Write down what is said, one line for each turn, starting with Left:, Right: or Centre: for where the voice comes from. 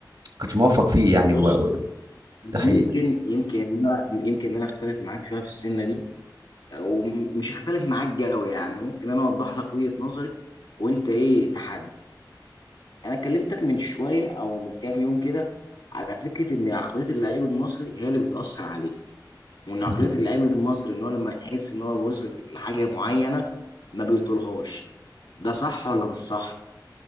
Right: كنتش موفق فيه يعني
Left: بص
Right: و... و-
Left: يمكن
Right: ده حقيقه
Left: يمكن إن أنا- يمكن ان انا اختلف معاك شويه في السنه دي ومش هختلف معاك قوي يعني ممكن انا اوضح لك وجهة نظري وانت ايه تحدي انا كلمتك من شويه او من كام يوم كده على فكره ان عقليه اللعيب المصري هي اللي بتاثر عليه وان عقليه
Right: <laughs>
Left: اللعيب المصري ان هو لما يحس ان هو وصل لحاجه معينه ما بيطولهاش ده صح ولا مش صح